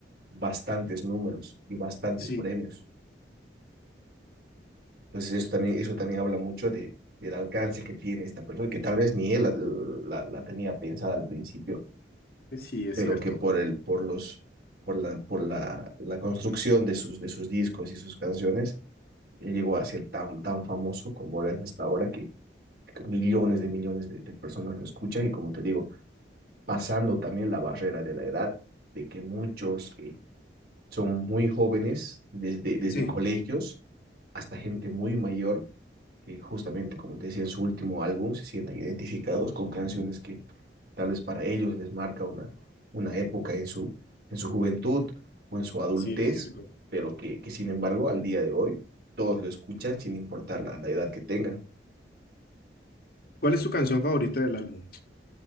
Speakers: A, on the right; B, on the left.
A: bastantes números y bastantes
B: Sí,
A: premios. Entonces eso también, eso también habla mucho de, del alcance que tiene esta persona, que tal vez ni él la, la, la tenía pensada al principio,
B: sí, es
A: pero
B: cierto.
A: que por, el, por, los, por, la, por la, la construcción de sus, de sus discos y sus canciones, llegó a ser tan, tan famoso como es hasta ahora, que millones de millones de, de personas lo escuchan y como te digo, pasando también la barrera de la edad, de que muchos eh, son muy jóvenes desde, desde
B: Sí,
A: colegios hasta gente muy mayor que justamente, como te decía, en su último álbum se sientan identificados con canciones que tal vez para ellos les marca una, una época en su, en su juventud o en su adultez,
B: sí, es cierto.
A: pero que, que sin embargo al día de hoy todos lo escuchan sin importar la, la edad que tengan.
B: ¿Cuál es tu canción favorita del álbum?